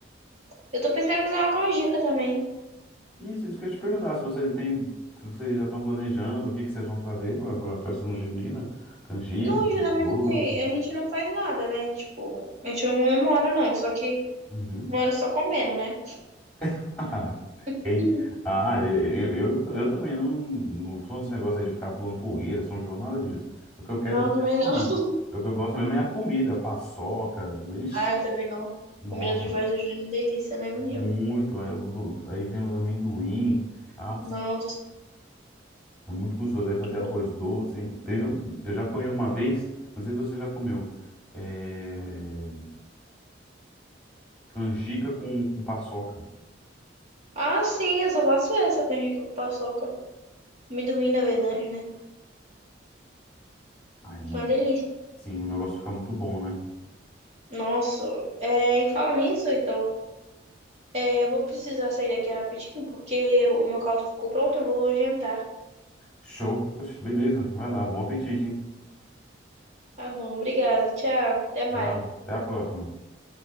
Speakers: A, on the right; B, in the centre.
A: Eu tô pensando em fazer uma canjica também.
B: Isso, isso que eu ia te perguntar, se você tem, se vocês já estão planejando o que que vocês vão fazer para a festa junina, canjica,
A: Não, geralmente
B: doce.
A: a gente não faz nada, né? Tipo, a gente não comemora, não. Só que
B: Uhum.
A: mora só comendo, né?
B: <laughs>
A: <laughs>
B: Ei, Ah, eu, eu, eu também não, não sou desse negócio aí de ficar pulando fogueira, São João, nada disso. O que eu quero
A: Não,
B: mesmo
A: também
B: é a comida.
A: não. <laughs>
B: O que eu gosto mesmo é a comida, paçoca, ixi,
A: Ai, também não.
B: nossa,
A: Comida de festa junina é uma delícia, né, menino?
B: muito. Aí, eu- aí vem o amendoim, ah
A: Nossa,
B: É muito gostoso. Aí fazer
A: que bom.
B: arroz doce. Teve, eu já comi uma vez, não sei se você já comeu, é, canjica com, com paçoca.
A: Ah, sim, eu só faço essa canjica com paçoca. Amendoim, na verdade, né?
B: Ah, é muito.
A: Fica uma delícia.
B: Sim, o negócio fica muito bom, né?
A: Nossa, é, e fala nisso, então. é, eu vou precisar sair daqui rapidinho, porque o meu caldo ficou pronto, eu vou jantar.
B: Show. Oxe, beleza. Vai lá. Bom apetite, hein?
A: Tá bom, obrigada. Tchau. Até mais.
B: Já, até a próxima.